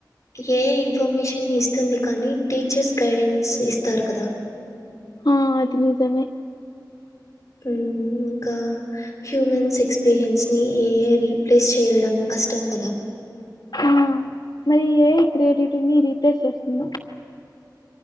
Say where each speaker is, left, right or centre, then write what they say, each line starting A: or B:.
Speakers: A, on the left; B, on the left.
A: ఏ ఐ ఇన్ఫర్మేషన్ని ఇస్తుంది కానీ టీచర్స్ గైడెన్స్ ఇస్తారు కదా
B: హ అది నిజమే
A: ఉ ఇంకా హ్యూమన్స్ ఎక్స్పీరియన్స్ ని ఏ ఐ రీప్లేస్ చేయడం కష్టం కదా
B: ఆ మరి ఏ ఐ క్రియేటివిటిని రీప్లేస్ చేస్తుందా